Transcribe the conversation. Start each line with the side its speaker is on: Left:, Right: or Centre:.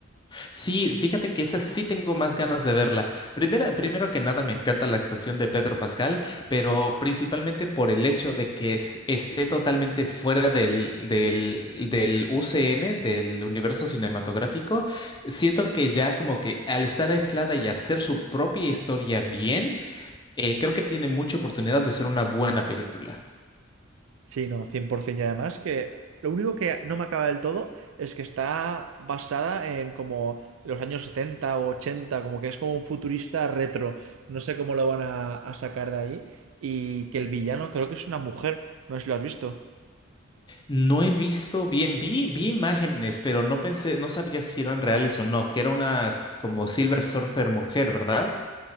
Left: Sí, fíjate que esa sí tengo más ganas de verla. Primera, primero que nada, me encanta la actuación de Pedro Pascal, pero principalmente por el hecho de que es- esté totalmente fuera del, del, del UCM, del universo cinematográfico. Siento que ya como que al estar aislada y hacer su propia historia bien, eh, creo que tiene mucha oportunidad de ser una buena película.
Right: Sí, no, 100%. Y además que lo único que no me acaba del todo es que está basada en como los años 70 o 80 como que es como un futurista retro. No sé cómo lo van a, a sacar de ahí. Y que el villano creo que es una mujer, no sé si lo has visto.
Left: No he visto bien, vi, vi imágenes, pero no pensé, no sabía si eran reales o no, que era una s- como Silver Surfer mujer, ¿verdad?